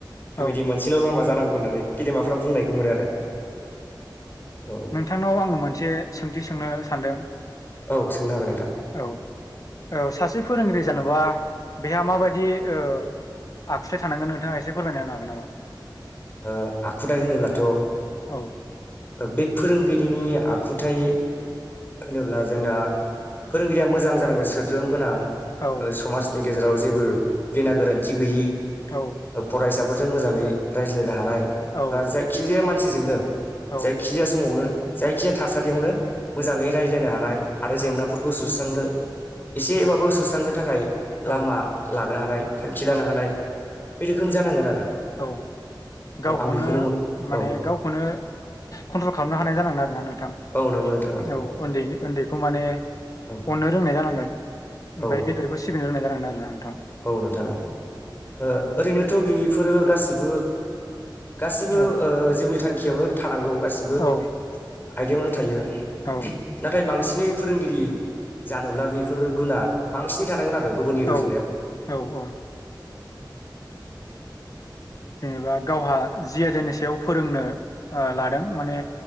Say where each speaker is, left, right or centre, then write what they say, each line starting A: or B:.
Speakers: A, on the left (about 25°); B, on the left (about 45°).
A: बेबायदि
B: औ
A: मोनसेल' लामा जानांगौ होननानै गेदेमाफ्रा बुंनायखौ मोनो आरो औ
B: नोंथांनाव आङो मोनसे सोंथि सों नो सानदों
A: औ सोंनो हागोन नोंथां
B: औ औ सासे फोरोंगिरि जानोबा बा बेहा मा बायदि ओ आखुथाय थानांगोन नोंथाङा एसे फोरमायना होनो हागोन नामा?
A: ओ आखुथाय होनोब्लाथ'
B: औ।
A: बे फोरोंगिरिनि आखुथाय। होनोब्ला जोंना फोरोंगिरिया मोजां जानांगौ सोद्रोम गोनां।
B: औ
A: ओ समाजनि गेजेराव जेबो गेना गोरोन्थि गैयि
B: औ
A: फरायसाफोरजों मोजाङै रायज्लायनो हानाय
B: औ
A: बा जायखिजाया मानसिजोंनो
B: औ
A: जायखिजाया समावनो जायखिजाया थासारि बायदियावनो मोजाङै रायज्लायनो हानाय आरो जेंनाफोरखौ
B: औ
A: सुस्रांनो एसेबाबो सुस्रांनो थाखाय लामा
B: औ
A: लानो हानाय थांखि लानो
B: औ
A: हानाय। बे रोखोम जानांगोन आरो।
B: औ
A: औ
B: गावखौनो
A: आं बेखौनो
B: माने
A: औ
B: गावखौनो। कन्ट्रल खालामनो हानाय जानांगोन आरो ना नोंथां।
A: औ नंगौ नोंथां
B: औ उन्दै उन्दैखौ माने
A: ओं
B: अननो रोंनाय जानांगोन ओमफ्राय
A: औ
B: गेदेरखौ सि बिनो रोंनांगोन आरोना ओं
A: औ नोंथां ऐं ओ ओरैनोथ' बेफोरो गासिबो गासिबो
B: औ
A: ओ जिउनि थांखियावनो थानांगौ गासिबो
B: औ
A: आयदायावनो थायो
B: औ
A: नाथाय बांसिनै फोरोंगिरि जानोब्ला बेफोर गुना बांसिनै थानांगोन आरो गुबुननि रुजुनायाव
B: औ औ औ जेनेबा गावहा जि आइदानि सायाव फोरोंनो ओ लादों माने